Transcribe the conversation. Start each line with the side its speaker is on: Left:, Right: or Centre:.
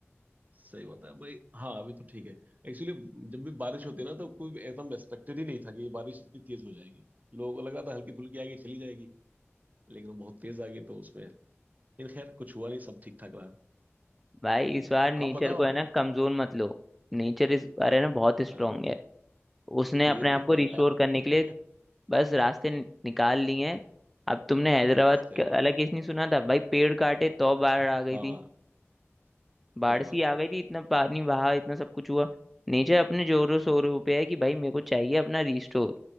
Right: सही बात है भाई हाँ अभी तो ठीक है एक्चुअली जब भी बारिश होती है ना तो कोई एकदम एक्सपेक्टेड ही नहीं था कि ये बारिश इतनी तेज हो जाएगी लोगों को लगा था हल्की फुल्की आएगी चली जाएगी लेकिन वो बहुत तेज आ गई तो उसमें लेकिन खैर कुछ हुआ नहीं सब ठीक ठाक रहा
Centre: भाई
Right: लेकिन
Centre: इस बार नेचर
Right: आप बताओ
Centre: को
Right: अब।
Centre: है ना कमजोर मत लो नेचर इस बार है ना बहुत
Right: हाँ
Centre: स्ट्रांग है उसने
Right: ये
Centre: अपने
Right: तो
Centre: आप को
Right: है
Centre: रिस्टोर
Right: यार
Centre: करने के लिए बस रास्ते नि- निकाल लिए हैं अब तुमने हैदराबाद
Right: <laughs> सही
Centre: का
Right: बात
Centre: अलग
Right: है
Centre: केस नहीं सुना था भाई पेड़ काटे तो बाढ़ आ गई
Right: हाँ
Centre: थी बाढ़
Right: सही
Centre: सी
Right: बात
Centre: आ
Right: है
Centre: गई थी इतना पानी बहा इतना सब कुछ हुआ नेचर अपने जोरों शोरों पे है कि भाई मेरे को चाहिए अपना रिस्टोर